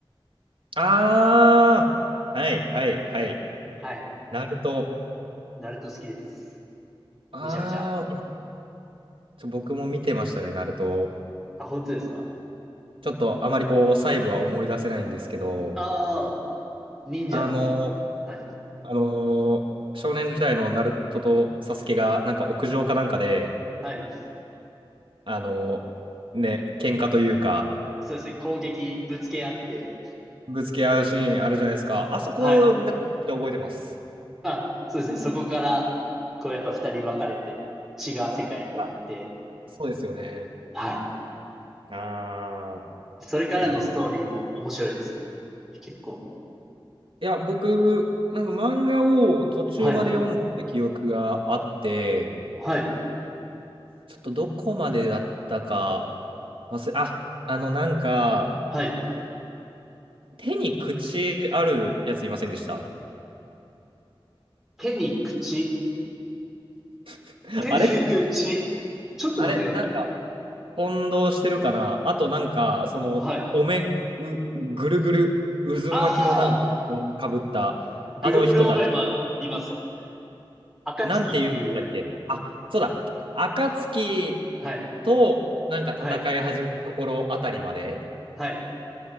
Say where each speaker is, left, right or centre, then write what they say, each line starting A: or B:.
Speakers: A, on the right; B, in the centre.
A: ああー、はいはいはい。
B: はい。
A: ナルト。
B: ナルト好きです。
A: ああ、
B: めちゃめちゃ。
A: ちょ僕も見てましたね、ナルト。
B: あ、本当ですか
A: ちょっとあまりこう、細部は思い出せないんですけど、
B: ああ、忍者の。
A: あの、
B: はい。
A: あの少年時代のナルトとサスケがなんか屋上かなんかで、
B: はい。
A: あのね、喧嘩というか、
B: そうですね。攻撃、ぶつけ合って。
A: ぶつけ合うシーンあるじゃないですか。あそこ、
B: はい。
A: なんかめちゃくちゃ覚えてます。
B: あ、そうですね。そこから、こうやっぱ二人分かれて、違う世界に行って。
A: いや、そうですよね。
B: はい。
A: ああ、
B: それからのストーリーも面白いですよ。
A: いや、な、
B: 結構。
A: いや、僕、なんか漫画を途中まで読んでた記憶があって、
B: はい。はい。
A: ちょっとどこまでだったか忘れ、あ、あの、なんか、
B: はい。
A: 手に口あるやついませんでした
B: 手に口。
A: <laughs>
B: 手に口。
A: あれ
B: ちょっと待ってくださいね。
A: あれなんか、混同してるかなあと、なんか、その、
B: はい。
A: お面、う、ぐるぐる、渦巻きのなんか、
B: ああ、
A: かぶった、
B: ぐるぐるおめはいます。
A: あの人たち
B: 暁っていう。
A: なんて言うんでしたっけあ、そうだ。暁
B: はい。
A: となんか戦い始めたところあたりまで。
B: はい。はい。